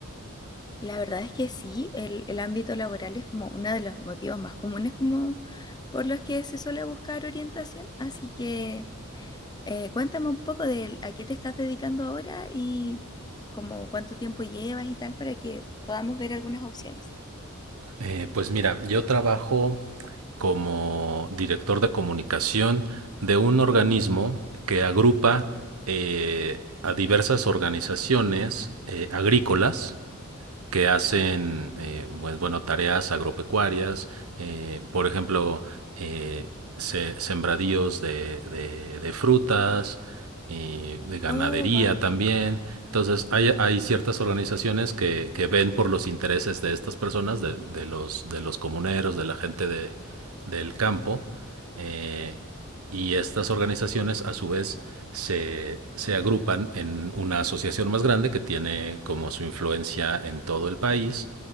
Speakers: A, on the left; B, on the right.
A: La verdad es que sí, el, el ámbito laboral es como uno de los motivos más comunes como por los que se suele buscar orientación, así que eh, cuéntame un poco de a qué te estás dedicando ahora y como cuánto tiempo llevas y tal para que podamos ver algunas opciones.
B: Eh, pues mira, yo trabajo como director de comunicación de un organismo que agrupa eh, a diversas organizaciones eh, agrícolas que hacen eh, bueno, bueno, tareas agropecuarias, eh, por ejemplo, eh, se- sembradíos de, de- de frutas, eh, de ganadería
A: Oh, wow.
B: también. Entonces, hay, hay ciertas organizaciones que, que ven por los intereses de estas personas, de, de los, de los comuneros, de la gente de- del campo, eh, y estas organizaciones a su vez se, se, agrupan en una asociación más grande que tiene como su influencia en todo el país